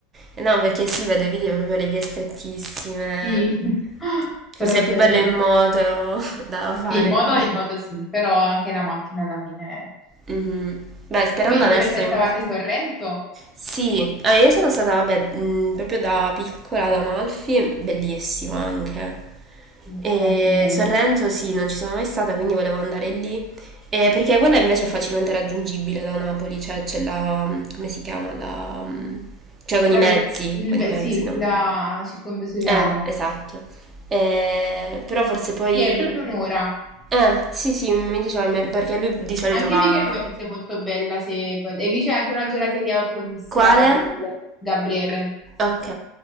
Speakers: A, on the right; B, in the centre.
A: Eh no, perché sì, vedo i video proprio le vie strettissime,
B: Sì, <laughs>
A: forse
B: però è
A: è
B: bello.
A: più bello in moto <laughs> da fare.
B: Sì, in moto, in moto sì, però anche la macchina alla fine.
A: Mhm. Beh, sperando
B: Quindi
A: adesso
B: se pe- pensavate
A: in...
B: Sorrento,
A: Sì, eh, io sono stata, vabbè, mh, proprio da piccola ad Amalfi, bellissima anche.
B: sì,
A: E
B: la più bella.
A: Sorrento sì, non ci sono mai stata, quindi volevo andare lì. Eh, perché quella invece è facilmente raggiungibile da Napoli, cioè c'è la, mm, come si chiama? La, mm, cioè con
B: La,
A: i mezzi,
B: ve- il
A: con
B: ve-
A: i mezzi,
B: sì,
A: non...
B: la
A: con-
B: circumvesuviana.
A: Eh, esatto. Eh, però forse poi...
B: Sì, è proprio un'ora.
A: Eh, sì, sì, mi diceva, il mio- perché lui di solito
B: Anche
A: va...
B: Vico Equense è molto bella. Se... vuoi- E lì c'è anche una gelateria buonissima,
A: Quale?
B: Gabriele. Gabriele.
A: Ok.